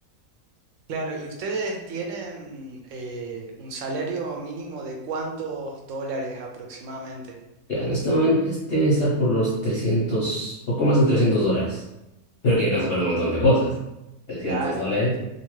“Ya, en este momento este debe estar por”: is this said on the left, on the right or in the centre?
Left